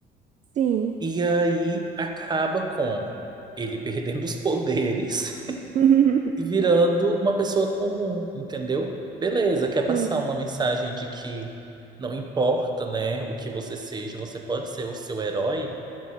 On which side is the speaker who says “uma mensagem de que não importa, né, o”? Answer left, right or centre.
Right